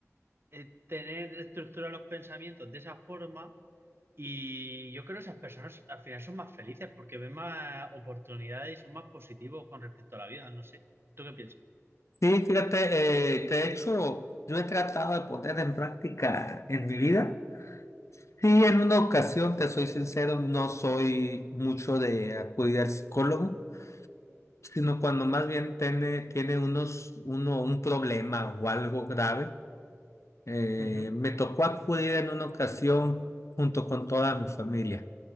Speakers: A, on the right (about 45°); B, on the left (about 65°).
A: eh, tener estructurados los pensamientos de esa forma Y yo creo que esas personas al final son más felices porque ven más oportunidades y son más positivos con respecto a la vida, no sé. ¿Tú qué piensas?
B: Sí, fíjate, eh, de hecho, yo he tratado de poner en práctica en mi vida. Sí, en una ocasión, te soy sincero, no soy mucho de acudir al psicólogo, sino cuando más bien tiene, tiene unos, uno, un problema o algo grave. Eh,
A: Ujú.
B: me tocó acudir en una ocasión junto con toda mi familia.